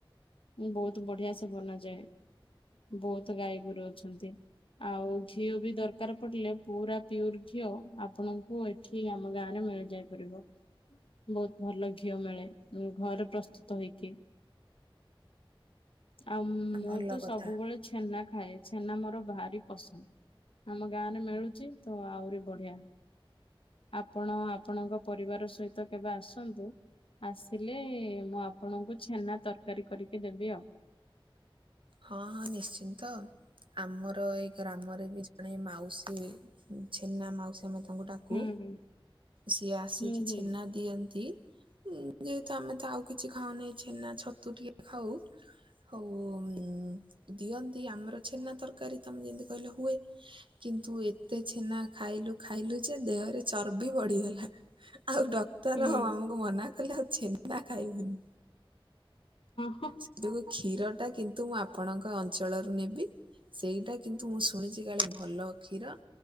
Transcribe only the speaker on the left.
ବହୁତ ବଢିଆ ସେ ବନାଯାଏ। ବହୁତ ଗାଈ ଗୋରୁ ଅଛନ୍ତି ଆଉ ଘିଅ ବି ଦରକାର ପିଲେ ପୁରା ପିର ଘିଅ ଆପଣଙ୍କୁ ଏଠି ଆମ ଗାଁ ରେ ମିଳି ଯାଇ ପାରିବ। ବହୁତ ଭଲ ଘିଅ ମିଳେ ଘରେ ପ୍ରସ୍ତୁତ ହୋଇକି ଆଉ ମୁଁ
ତ
ସବୁବେଳେ ଛେନା ଖାଏ ଛେନା ମୋର ଭାରି ପସନ୍ଦ ଆମ ଗାଁରେ ମିଳୁଛି ତ ଆହୁରି ବଢିଆ ଆପଣ ଆପଣଙ୍କ ପରିବାର ସହିତ ତ କେବେ ଆସନ୍ତୁ। ଆସିଲେ ମୁଁ ଆପଣଙ୍କୁ ଛେନା ତରକାରୀ କରିକି ଦେବି ଆଉ।
ହୁଁ ହୁଁ।
ହୁଁ
ହଁ
ହଁ